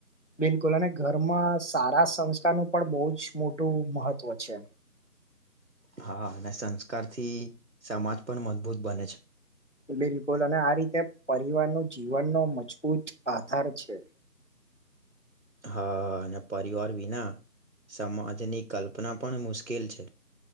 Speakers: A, on the left (about 50°); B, on the right (about 55°).
A: બિલકુલ અને ઘરમાં સારા સંસ્કારનું પણ બહુ જ મોટું મહત્ત્વ છે.
B: હા અને સંસ્કારથી સમાજ પણ મજબૂત બને છે.
A: બિલકુલ અને આ રીતે પરિવાર ન જીવનનો મજબૂત આધાર છે.
B: હા અને પરિવાર વિના સમાજની કલ્પના પણ મુશ્કેલ છે.